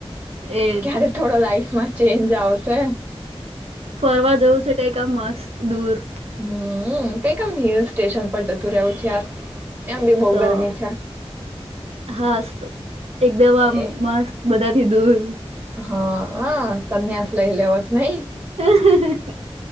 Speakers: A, on the right; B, on the right.
A: એજ
B: ક્યારે થોડો લાઈફ માં ચેન્જ આવશે
A: ફરવા જવું છે કઈક મસ્ત દૂર
B: હમ. હમ કઈકમ હિલ સ્ટેશન પર જતું રહવું છે યાર. એમ બી બહુ
A: તો
B: ગરમી છે
A: હાસ તો એકદમ આમ
B: એ
A: મસ્ત બધા. થી દૂર.
B: હા હા સંન્યાસ લઈ લેવાસ નહિ
A: હ હ